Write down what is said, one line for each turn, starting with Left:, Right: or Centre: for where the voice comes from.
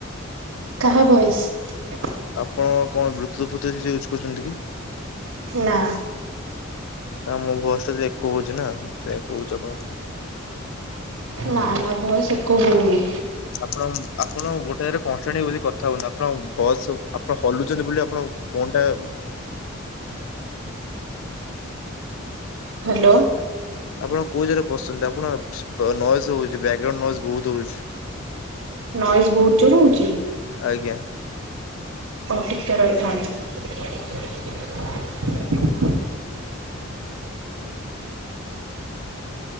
Right: କାହା ଭଏସ୍?
Left: ଆପଣ କଣ ବ୍ଲୁଥୁଟୁତୁ ୟୁଜ୍ କରୁଛନ୍ତି କି?
Right: ନା।
Left: କ ମୋ ଘୋଷ ଟା ଏକ ହଉଛି ନା ସେ ହଉଛି ଆପଣ।
Right: ନା ନା ଭଏସ୍ ଇକୋ ହଉନି।
Left: ଆପଣ ଆପଣ ଗୋଟେ ଜାଗାରେ କନଷ୍ଟାଣ୍ଟ ବସିକି କଥା ହୁଅନ୍ତୁ। ଆପଣ ବସ୍ ଆପଣ ହଲୁଛନ୍ତି ବୋଲି ଆପଣ ଫୋନ ଟା
Right: ହ୍ୟାଲୋ।
Left: ଆପଣ କୋଉ ଜାଗାରେ ବସୁଛନ୍ତି ଆପଣ ନଏଜ୍ ହଉଛି। ବ୍ୟାକଗ୍ରାଉଣ୍ଡ୍ ନଏଜ୍ ବହୁତ ହଉଛି।
Right: ନଏଜ୍ ବହୁତ ଜୋର୍ ରେ ହଉଛି?
Left: ଆଜ୍ଞା
Right: ହୋଉ ଟିକେ ରହିଥାଆନ୍ତୁ।